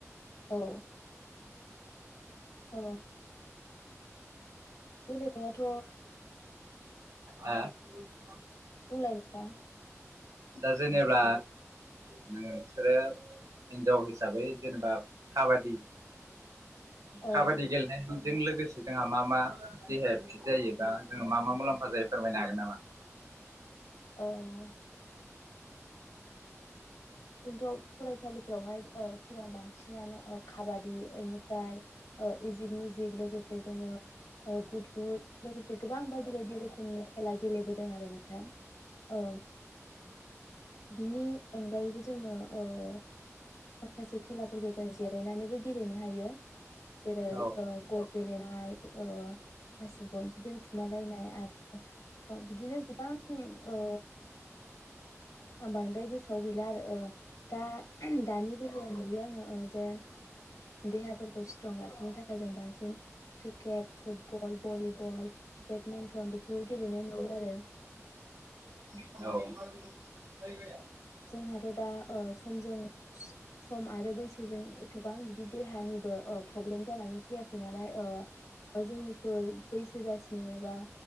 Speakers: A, on the left (about 90°); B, on the right (about 80°).
A: औ अ बेलेग बाथ'
B: हाआ <inaudible>
A: बुंलाय नोंथां
B: दा जेनेबा नोंसोरो हिनजाव हिसाबै जेनेबा काबादि,
A: औ
B: काबादि गेलेनाय जों लोगोसे जोंहा मा मा देहाया फिट जायोबा जो मा मा मुलाम्फा जायो फोरमायनो हागोन नामा?
A: औ जोंथ' फरायसालिफोरावहाय ओ सिगां ओ बांसिनानो काबादि ओमफ्राय ओ इजिक मिजिक लोगोसे जोङो गुद गुद लोगोसे गोबां बायदि बायदि रोखोमनि खेला गेलेबोदों आरो नोंथां औ बिनि अनगायैबो जङो ओ माखासे खेलाफोरखौ जों जिरायनानैबो
B: औ
A: गेलेनो हायो जेरै
B: औ
A: ओ गद गेलेनाय ओ हासिब गनसे दोनखुमालायनाय आरो ओ बिदिनो गोबां ओ आं बांद्राय गोसोआव गैला आरो ओ दा दानि बेलायाव नुयो आंङो ओ जेन देहाफोरखौ स्ट्रं लाखिनो थाखाय <unintelligible> क्रिकेट फुटबल भलिबल बेडमिन्टन बेफोरखौ गेलेनाय नुयो आरो
B: औ
A: जोंहाथ' दा ओ समजों सम आरो बैसोजों एथबां बिदि देहानिबो ओ प्रब्लेम जानानै फैयाखै नालाय ओ जोंनिख्रुइ बैसो जासिनाय बा